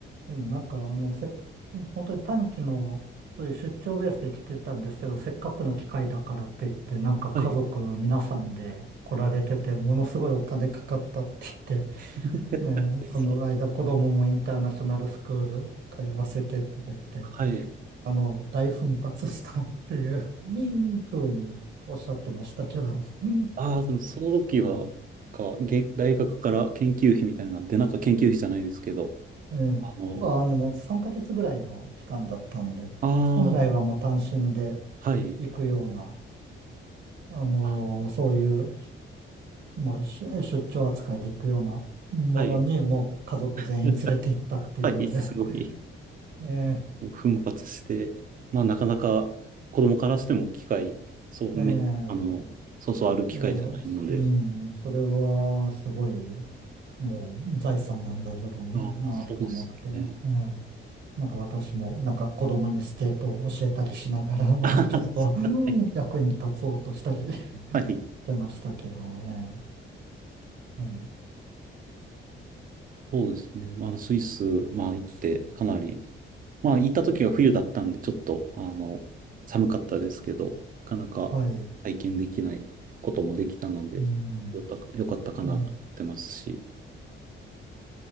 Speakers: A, on the right; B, on the right.
A: でもなんか、あの、せっ、本当に短期の、そういう出張ベースで来てたんですけど、せっかくの機会だからって言って、なんか家族皆さんで来られてて、
B: はい。
A: ものすごいお金かかったって言って、
B: <laughs>
A: ねえ、その間子供もインターナショナルスクール通わせてとか言って、
B: そう。はい。
A: あの、大奮発したっていううんふうにおっしゃってましたけど。う
B: ああ、でもその時は、
A: ん
B: か、げ大学から研究費みたいな、で、なんか研究費じゃないですけど、
A: ええ。
B: あの、
A: あの、もう3ヶ月ぐらいの期間だったんで、
B: ああ、
A: 本来はもう単身で
B: はい、
A: 行くような、あのーそういう、
B: あ
A: もうし出張扱いで行くようなものに、
B: はい
A: もう家族全員連れて行ったっていうので、
B: <laughs> はい、すごい、
A: <laughs> ええ、
B: 奮発して、まあ、なかなか子供からしても機会、そうめ、
A: ええ、
B: あの、そうそうある機会じゃないので、
A: いや、うん、それはすごい、もう財産なんだろ
B: ああ、
A: うなとか思って、
B: そうですね。
A: ええなんか私も、なんか子供にスケートを教えたりしながら、<laughs> まあちょっとうん
B: <laughs> はい
A: <laughs> 役に立つおうとしたりし
B: はい、
A: てましたけどね。うん、
B: そうですね。まあ、あのスイス、まあ、行って、かなり、まあ、行った時は冬だったんで、ちょっと、あの、寒かったですけど、なかなか体験できないこともできたので、
A: はい。うん、
B: よかよかったかなと思ってますし、
A: えー